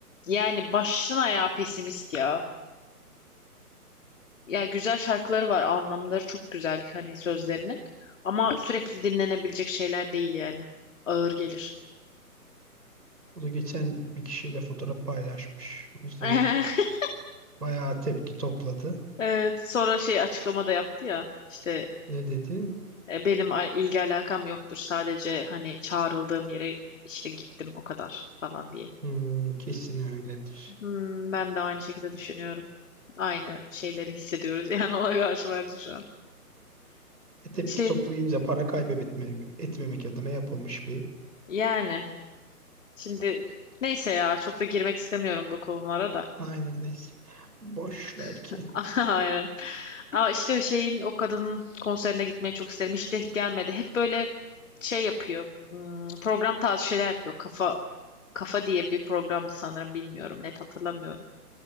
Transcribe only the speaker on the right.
o da geçen bir kişiyle fotoğraf paylaşmış. O yüzden
bayağı tepki topladı.
Ne dedi?
Hmm, kesin öyledir.
E, tepki
toplayınca para kaybetmemek etmemek adına yapılmış bir
Aynen neyse. Boş ver ki.